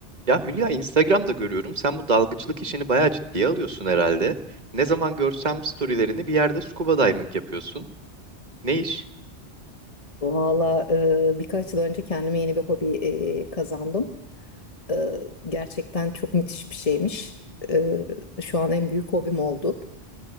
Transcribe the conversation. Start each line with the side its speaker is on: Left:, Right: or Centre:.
Right: Ya Hülya Instagram'da görüyorum. Sen bu dalgıçlık işini bayağı ciddiye alıyorsun herhalde. Ne zaman görsem storylerini bir yerde scuba diving yapıyorsun. Ne iş?
Left: Valla e, birkaç yıl önce kendime yeni bir hobi e, kazandım. E, gerçekten çok müthiş bir şeymiş. E, şu an en büyük hobim oldu.